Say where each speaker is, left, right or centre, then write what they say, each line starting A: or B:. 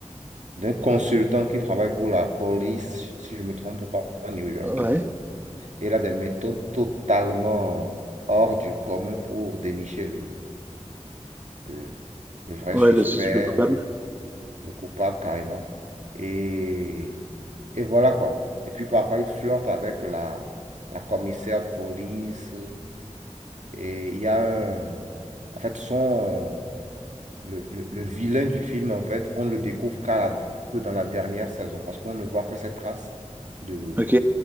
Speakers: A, on the right (about 75°); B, on the right (about 15°).
A: d'un consultant qui travaille pour la police, si je ne me trompe pas, new-yorkaise.
B: Ouais,
A: Et il a des méthodes totalement hors du commun pour dénicher le, le, le vrai
B: ouais,
A: suspect
B: le, sus- le coupable.
A: le coupable carrément. Et, et voilà quoi. Et puis parfois, il flirte avec la, la commissaire de police. Et il y a un... En fait, son... le, le- le vilain du film, en fait, on ne le découvre qu'à la- que dans la dernière saison parce qu'on ne voit que ses traces de,
B: Ok,